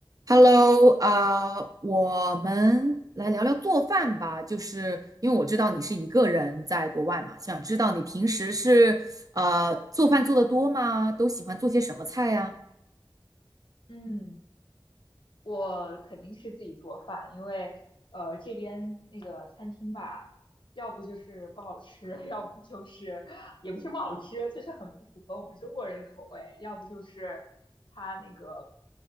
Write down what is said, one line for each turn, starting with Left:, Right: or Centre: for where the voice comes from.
Right: Hello，啊、我们来聊聊做饭吧。就是因为我知道你是一个人在国外嘛，想知道你平时是呃做饭做得多吗？都喜欢做些什么菜呀？
Left: 嗯，我肯定是自己做饭，因为呃这边那个餐厅吧，要不就是不好吃，<laughs> 要不就是也不是不好吃，就是很不符合我们中国人的口味，要不就是它那个